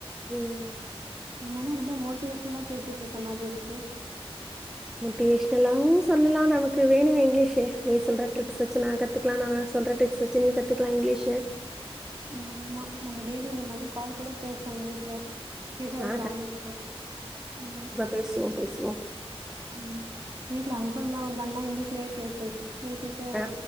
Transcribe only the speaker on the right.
நம்ம என்னா ரொம்ப மோட்டிவேஷன்லா பேசிட்டு இருக்க மாரி இருக்கு
உம் ஆமா நம்ம டெய்லி இந்த மாரி கால் கூட பேசலா இங்க வீட்ல பேசுறதுக்கு
ஆள் இல்லன்னா உம்
உம் வீட்டுல ஹஸ்பண்ட்லா வந்தாங்கனா இங்கிலீஷ்லயே பேசு பேசிட்டு